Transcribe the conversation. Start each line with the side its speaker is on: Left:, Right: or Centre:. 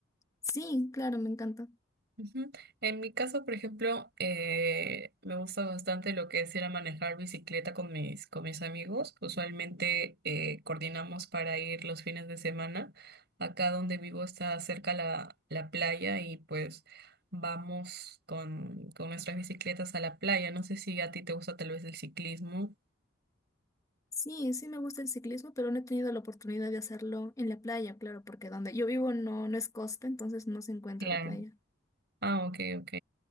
Left: sí, claro, me encanta.
Right: Ujú. En mi caso, por ejemplo, eh, me gusta bastante lo que es ir a manejar bicicleta con mis, con mis amigos. Usualmente eh, coordinamos para ir los fines de semana. Acá donde vivo está cerca la, la playa y pues vamos con, con nuestras bicicletas a la playa. No sé si a ti te gusta tal vez el ciclismo.
Left: Sí, sí me gusta el ciclismo, pero no he tenido la oportunidad de hacerlo en la playa, claro, porque donde yo vivo no, no es costa, entonces no se encuentra
Right: Claro.
Left: la playa.
Right: Ah, ok, ok.